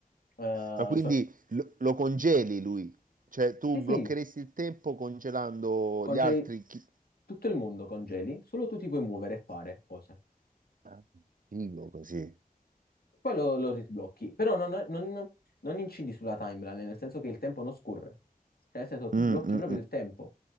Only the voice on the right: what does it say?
Ma quindi
lo, lo congeli lui? Cioè tu
bloccheresti
il tempo congelando
gli altri... Chi...
Ah, Figo così.
Mm,
mm,
mm,